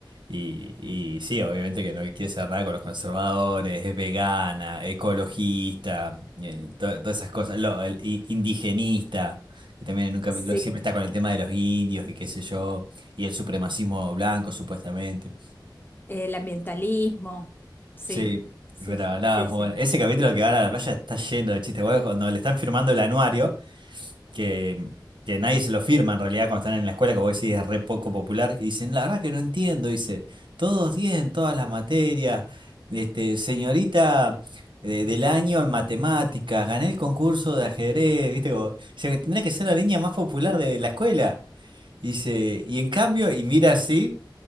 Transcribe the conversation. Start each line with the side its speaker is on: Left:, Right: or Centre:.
Right: Y, y sí, obviamente que no quiere ser nada con los conservadores, es vegana, ecologista, eh, to- todas esas cosas. Lo- el i- indigenista, que también en un capítulo
Left: sí,
Right: siempre está con el tema de los indios y qué sé yo, y el supremacismo blanco, supuestamente.
Left: el ambientalismo, sí,
Right: Sí,
Left: sí,
Right: pero nada,
Left: sí,
Right: es muy
Left: sí,
Right: bueno. Ese capítulo que van a la playa está lleno de chistes. Bueno, cuando le están firmando el anuario. que, que nadie se lo firma en realidad cuando están en la escuela, que vos decís es re poco popular, y dicen, la verdad que no entiendo, dice, todos 10 en todas las materias, este, señorita eh, del año en matemáticas, gané el concurso de ajedrez, viste, como, o sea que tendría que ser la niña más popular de la escuela. Dice, y en cambio, y mira así.